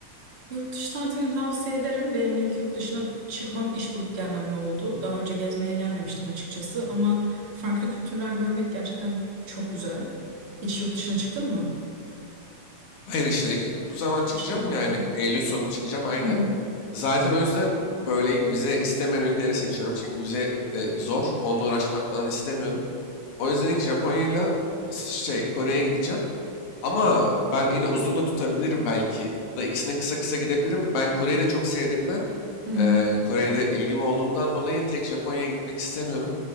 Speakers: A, on the right; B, on the left.
A: Yurt dışı tatilini tavsiye ederim. Benim ilk yurt dışına çıkmam iş bulup gelmemle oldu. Daha önce gezmeye gelmemiştim açıkçası ama farklı kültürler görmek gerçekten çok güzel. Hiç yurt dışına çıktın mı?
B: Hayır işte ilk- bu zaman çıkacağım
A: Çıkmadım.
B: yani Eylül sonu çıkacağım aynen.
A: Hı hı.
B: Zaten o yüzden böyle ilk vize istemeyen ülkeleri seçiyorum. Çünkü vize e, zor. Onunla uğraşmak falan istemiyorum. O yüzden ilk Japonya'yla şey Kore'ye gideceğim. Ama ben yine uzun da tutabilirim belki. Da ikisine kısa kısa gidebilirim. Ben Kore'yi de çok sevdiğimden,
A: Hı hı.
B: eee Kore'de ilgim olduğundan dolayı tek Japonya'ya gitmek istemiyorum.